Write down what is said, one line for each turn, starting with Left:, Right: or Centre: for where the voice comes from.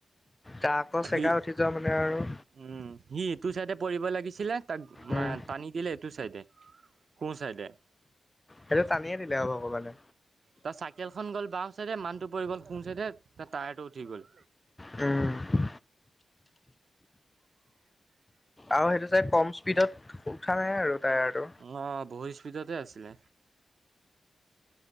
Left: ট্ৰাক আকৌ
Right: সি
Left: চেগাই উঠি যোৱা মানে আৰু
Right: উম, সি তোৰ চাইডে পৰিব লাগিছিলে তাক
Left: উম
Right: টানি গিল তোৰ চাইডে সো চাইডে অ'।
Left: সেইটো টানিয়ে দিলে আৰু ভগৱানে
Right: তাত চাইকেলখন গ'ল বাওঁ চাইডে মানহটো পৰি গ'ল সো ছাইডে তাৰ টায়াৰটো উঠি গ'ল।
Left: উম, আৰু সেইটো চাই কম স্পীডত উ উঠা নাই আৰু টায়াৰটো
Right: অ, ' বহুত স্পীডতে আছিলে